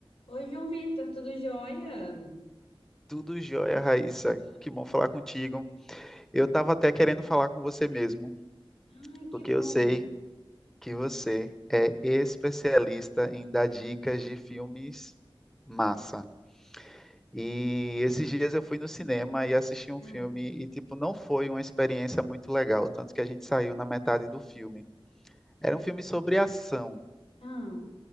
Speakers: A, on the left; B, in the centre.
A: Oi, João Vitor, tudo jóia?
B: Tudo jóia, Raíssa. Que bom falar contigo. Eu estava até querendo falar com você mesmo,
A: Ai, que
B: porque
A: bom.
B: eu sei que você é especialista em dar dicas de filmes massa. E esses dias eu fui no cinema e assisti um
A: Ah,
B: filme e, tipo, não foi uma experiência muito legal, tanto que a gente saiu na metade do filme. Era um filme sobre ação,
A: ah,